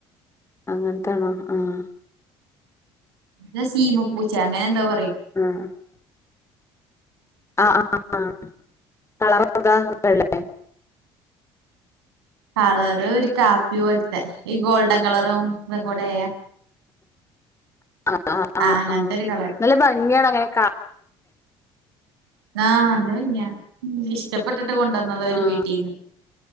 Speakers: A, on the left; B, on the right.
A: അങ്ങനത്താണോ ആഹ്.
B: ഞാ സീമപ്പൂച്ചയാ അങ്ങനെന്തോ പറയും.
A: ആഹ്. ആ ആ ആഹ് കളറൊക്ക വെള്ളേയെ?
B: കളറ് ഒരു കാപ്പി പോൽത്തെ ഈ ഗോൾഡൻ കളറും ഇതും കൂടെയായെ.
A: ആഹ് ആഹ് ആഹ്
B: അങ്ങനത്തെ
A: ആഹ്
B: ഒരു കളർ
A: നല്ല ഭംഗിയാണ് അങ്ങനെ കാ
B: ആഹ് നല്ല ഭംഗിയാ എനിക്കിഷ്ടപ്പെട്ടിട്ട് കൊണ്ടുവന്നത ഒരു
A: ആഹ്
B: വീട്ടീന്ന്.